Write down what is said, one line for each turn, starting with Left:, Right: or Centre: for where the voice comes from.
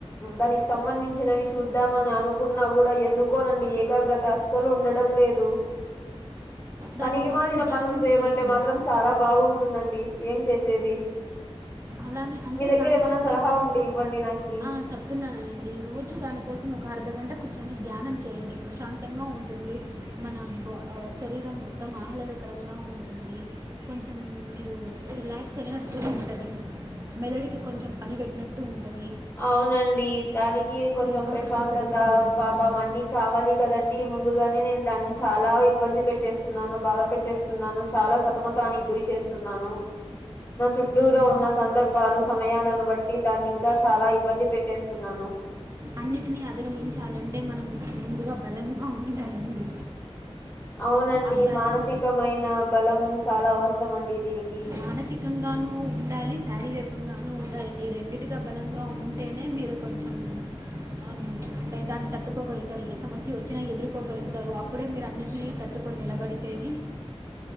Left: దానికి సంబంధించినవి చూద్దామన అనుకున్న కూడా ఎందుకోనండి ఏకాగ్రత
Right: ఆ.
Left: అసలు ఉండడం లేదు
Right: దానికోసం
Left: పనికిమాలిన
Right: ధ్యానం
Left: పనులు చేయమంటే
Right: చేయండి
Left: మాత్రం చాలా బాగుంటుందండి ఏం చేసేది
Right: అలానే అంటే
Left: మీ దగ్గర
Right: దానికోసమే
Left: ఏమన్నా సలహా
Right: వ్య-
Left: ఉంటే ఇవ్వండి నాకి
Right: ఆ, చెప్తున్నానండి రోజు దానికోసం ఒక అర్ధగంట కూర్చొని ధ్యానం చేయండి ప్రశాంతంగా ఉంటుంది మనం శరీరం మొత్తం ఆహ్లాదకరంగా ఉంటుంది కొంచెం నీరు రిలాక్స్ అయినట్టు ఉంటుంది మెదడుకి కొంచెం పని పెట్టినట్టు ఉంటుంది
Left: అవునండి దానికి కొంచెం
Right: ఏకాగ్రత
Left: ప్రశాంతత
Right: పెరుగుతుంది ఖచ్చితంగా
Left: పాపం అన్ని కావాలి కదండి ముందుగానే నేను దాన్ని చాలా ఇబ్బంది పెట్టేస్తున్నాను బాధ పెట్టేస్తున్నాను చాలా సతమతానికి గురి చేస్తున్నాను నా చుట్టూరా
Right: మ్మ్.
Left: ఉన్న సందర్భాలు సమయాలను బట్టి దాన్ని ఇంగా చాలా ఇబ్బంది పెట్టేస్తున్నాను
Right: అన్నిటిని అధిగమించాలంటే మనం ముందుగా బలంగా ఉండాలండి
Left: అవునండి
Right: ఆ బలం
Left: మానసికమైన బలం చాలా అవసరం అండి దీనికి
Right: మానసికంగానూ ఉండాలి శారీరకంగానూ ఉండాలండి రెండిటిగా బలంగా ఉండా అంటేనే మీరు కొంచెం ఆ అంటే దాన్ని తట్టుకోగలుగుతారు ఏ సమస్య వచ్చినా ఎదుర్కోగలుగుతారు అప్పుడే మీరు అన్నిటినీ తట్టుకొని నిలబడి తేని